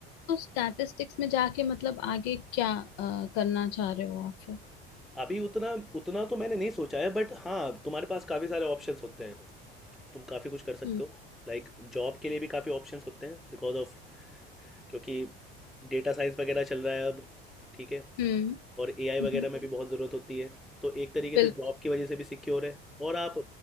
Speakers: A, on the left; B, in the centre.
A: तो स्टैटिस्टिक्स में जाके मतलब आगे क्या अ, करना चाह रहे हो आप फिर
B: अभी उतना उतना तो मैंने नहीं सोचा है बट हाँ तुम्हारे पास काफ़ी सारे ऑप्शंस होते हैं तुम काफ़ी कुछ कर सकते
A: हम्म
B: हो लाइक like, जॉब के लिए भी काफ़ी ऑप्शंस होते हैं बिकॉज ऑफ क्योंकि डेटा साइंस वगैरह चल रहा है अब ठीक है
A: हम्म
B: और एआई
A: हम्म
B: वगैरह में भी बहुत ज़रूरत होती है तो एक तरीके
A: बिल्कुल
B: से जॉब की वजह से भी सिक्योर है और आप